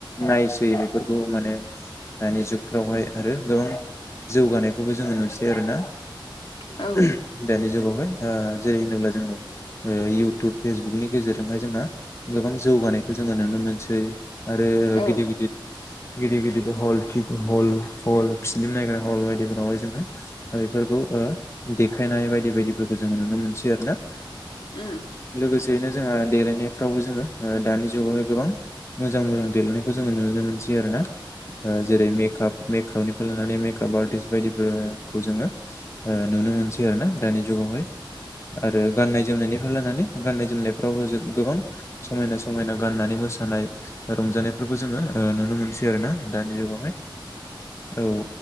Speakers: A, on the left; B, on the left.
A: नायसै बेफोरखौ माने दानि जुगफ्रावहाय आरो गोबां जौगानायखौबो जोंङो नुसै आरो ना
B: औ उम औ
A: उमह दानि जुगावहाय ओ जेरै होनोब्ला जोंङो ओ इउटुब फेसबुकनि गेजेरजोंहाय जोंहा गोबां जौगानायखौ जोंङो नुनो मोनसै। आरो
B: औ ओं
A: गिदिद गिदिद गिदिर गिदिर हल <unintelligible> हल हल फिलिम नायग्रा हल बायदिफोरावहाय जोङो दा बेफोरखौ ओ देखायनाय बायदि बायदिफोरखौ जोङो नुनो मोनसै आरो ना।
B: उम।
A: लोगोसेयैनो जोंहा देलायनायफ्रावबो जोङो ओ दानि जुगावहाय गोबां मोजां मोजां देलायनायखौ जोङो नुनो मोनसै आरो ना ओ जेरै मे काप मेकापनिफ्राय लानानै मेकाप आर्टिस्ट बायदिफोरखौ जोङो ओ नुनो मोनसै आरो ना। दानि जुगावहाय आरो गाननाय जोमनायनि फ्राय लानानै गाननाय जोमनायफ्रावबो जों गोबां समायना समायना गाननानै मोसानाय रंजानायफोरबो जोङो ओ नुनो मोनसै आरो ना दानि जुगावहाय औ।